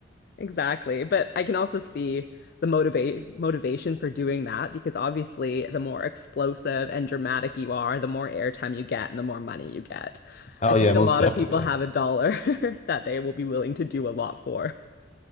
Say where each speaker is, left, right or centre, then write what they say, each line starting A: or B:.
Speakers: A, on the left; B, on the left.
A: Exactly. But I can also see the motivate motivation for doing that because obviously the more explosive and dramatic you are, the more airtime you get and the more money you get.
B: Oh
A: I think
B: yeah,
A: a
B: most
A: lot
B: definitely.
A: of people have a dollar <laughs> that they will be willing to do a lot for.